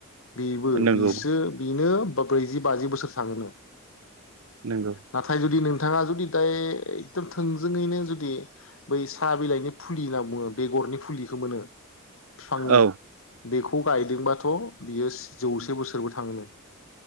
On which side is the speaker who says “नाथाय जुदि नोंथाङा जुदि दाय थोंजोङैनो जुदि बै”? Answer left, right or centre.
Left